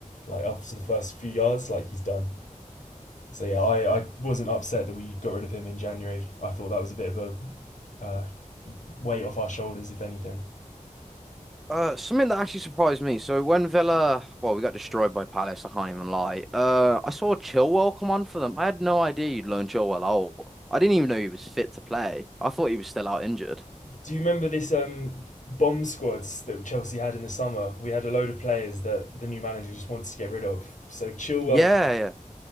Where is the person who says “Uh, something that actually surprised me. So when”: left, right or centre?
Centre